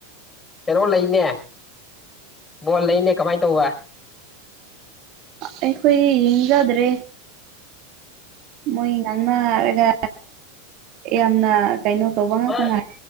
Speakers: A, on the left (about 20°); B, on the right (about 45°).
A: ꯀꯩꯅꯣ ꯂꯩꯅꯦ ꯕꯣꯜ ꯂꯩꯅꯦ ꯀꯃꯥꯏ ꯇꯧꯕ
B: ꯑꯩꯈꯣꯏꯗꯤ ꯌꯦꯡꯖꯥꯗ꯭ꯔꯦ ꯃꯣꯏ ꯉꯥꯡꯅꯔꯒꯥ ꯌꯥꯝꯅ ꯀꯩꯅꯣ ꯇꯧꯕ ꯉꯥꯛꯇꯥ
A: ꯑꯁ
B: ꯉꯥꯏ